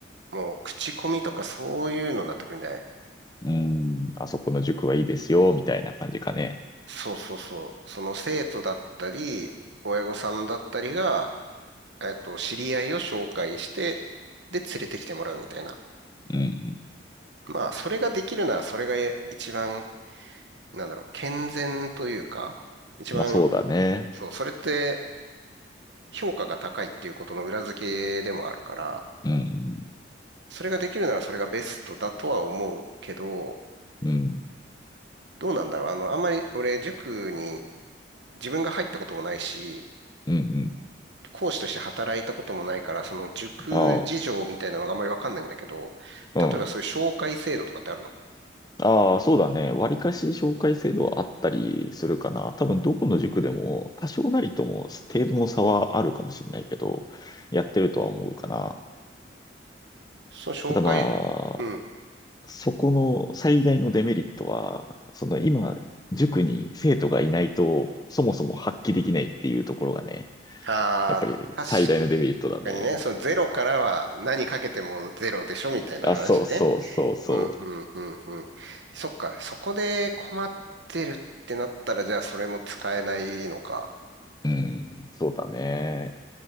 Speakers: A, on the right; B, on the left.
A: もう、口コミとかそういうのになってくるんじゃない
B: うん、あそこの塾はいいですよ、みたいな感じかね。
A: そうそうそう。その生徒だったり、親御さんだったりが、えっと、知り合いを紹介して、で、連れてきてもらうみたいな。
B: うん。
A: まあ、それができるなら、それがえ一番、なんだろう、健全というか、一番、
B: まあそうだね。
A: そう、それって評価が高いっていうことの裏付けでもあるから、
B: うん。
A: それができるならそれがベストだとは思うけど、
B: うん。
A: どうなんだろう。あの、あんまり俺、塾に自分が入ったこともないし、
B: うん。うん
A: 講師として働いたこともないから、その塾事情みたいなのがあんまりわかんないんだけど、
B: ああ、うん。
A: 例えばそういう紹介制度とかってあるの
B: ああ、そうだね。割かし紹介制度はあったりするかな。多分どこの塾でも多少なりとも程度の差はあるかもしれないけど、やってるとは思うかな。
A: その紹介、
B: ただまあ、
A: うん。
B: そこの最大のデメリットは、その今、塾に生徒がいないと、そもそも発揮できないっていうところがね、
A: ああ、
B: やっぱり最大のデメリットだね。
A: 確かにね、そのゼロからは何かけてもゼロでしょみたいな話ね。
B: あ、そうそうそうそ
A: うん、うん、うん、うん。そっか、そこで困ってるってなったら、じゃあそれも使えないのか。
B: う。うん、そうだね。